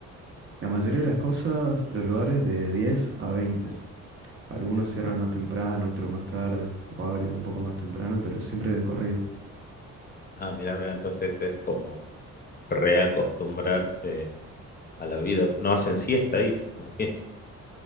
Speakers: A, on the right; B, on the left.
A: La mayoría de las cosas, los lugares de diez a veinte Algunos cierran más temprano, otros más tarde, o abren un poco más temprano, pero siempre de corrido.
B: Ah, mira, mira, entonces es como reacostumbrarse a la vida. No hacen siesta ahí, me imagino.